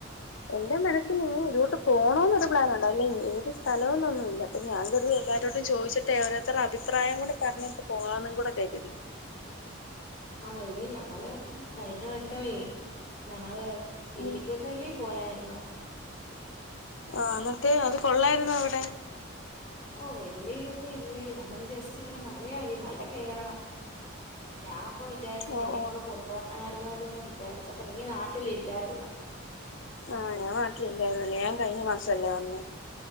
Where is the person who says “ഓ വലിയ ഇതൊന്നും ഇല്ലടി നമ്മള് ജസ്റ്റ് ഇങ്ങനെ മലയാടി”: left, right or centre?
Left